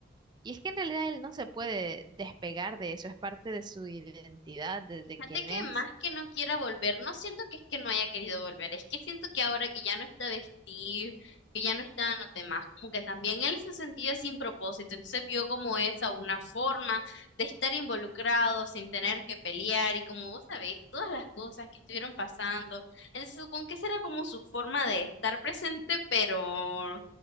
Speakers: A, on the right; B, on the left.
A: Y es que en realidad él no se puede despegar de eso, es parte de su identidad, de,
B: Y Fíjate
A: de quién
B: que
A: es.
B: más que no quiera volver, no siento que es que no haya querido volver, es que siento que ahora que ya no está vestido, que ya no están los demás, como que también él se sentía sin propósito, entonces vio como esa una forma de estar involucrado sin tener que pelear y como vos sabés, todas las cosas que estuvieron pasando, entonces supongo que esa era como su forma de estar presente, pero